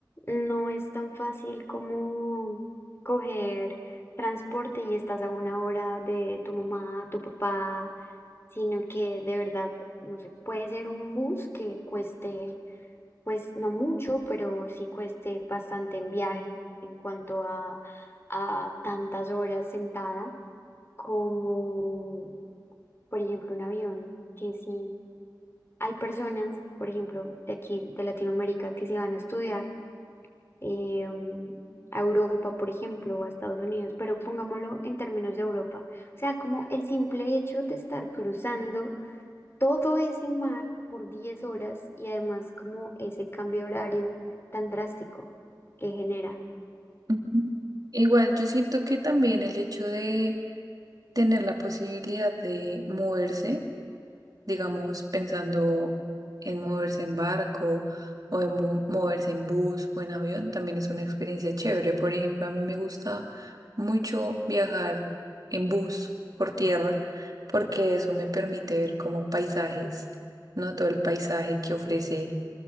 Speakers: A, on the left; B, on the right.
A: no es tan fácil como coger transporte y estás a una hora de tu mamá, tu papá, sino que de verdad, no sé, puede ser un bus que cueste, pues no mucho, pero sí cueste bastante en viaje en cuanto a, a tantas horas sentada como, por ejemplo, un avión, que sí. Hay personas, por ejemplo, de aquí, de Latinoamérica, que se van a estudiar eh, mm, a Europa, por ejemplo, o a Estados Unidos, pero pongámoslo en términos de Europa. O sea, como el simple hecho de estar cruzando todo ese mar por 10 horas y además como ese cambio de horario tan drástico que genera.
B: Ujú. Igual, yo siento que también el hecho de tener la posibilidad de moverse digamos, pensando en moverse en barco o en bu- moverse en bus o en avión, también es una experiencia chévere. Por ejemplo, a mí me gusta mucho viajar en bus por tierra porque eso me permite ver como paisajes, ¿no? Todo el paisaje que ofrece